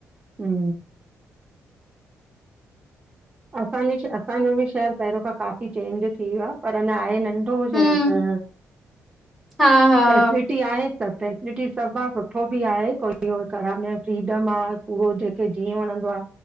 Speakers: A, on the right; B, in the centre.
A: हूं। असांजे असांजो ॿि शहर पहरो खां काफ़ी चेंज थी वियो आ, पर अञा आहे नंढो शहर
B: हम्म
A: त।
B: हा हा
A: फैसिलिट <inaudible> आहे, सब फैसिलिटी सब आहे सुठो ॿि आहे कोई खराब न, फ्रीडम आ। उहो जेंखे जीअं वणंदो आ